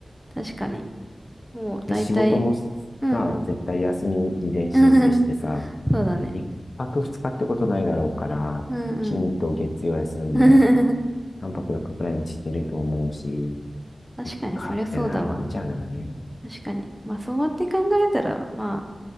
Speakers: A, in the centre; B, on the left.
A: 確かに、もう大体、
B: で仕事もさ、
A: うんうん。
B: 絶対休み事前申請してさ、
A: <laughs> そうだね。
B: 一泊二日ってことないだろうから、
A: うんうん。
B: 金と月曜休んで、
A: <laughs>
B: 三泊四日くらいにしてると思うし、
A: 確かに、
B: 行くかってなるんじゃない
A: そりゃそうだわ。確かに。まあそうやって考えたら、まあ、